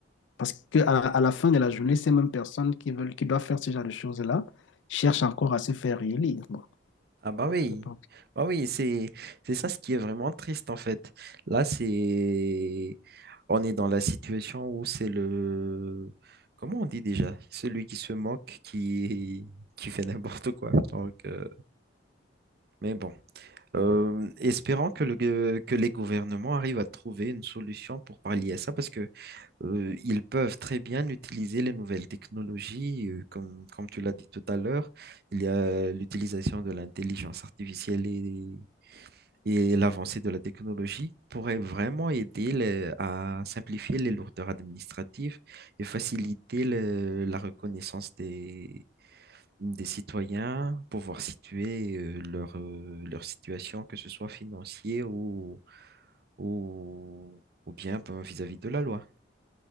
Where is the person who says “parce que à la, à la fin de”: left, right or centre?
Left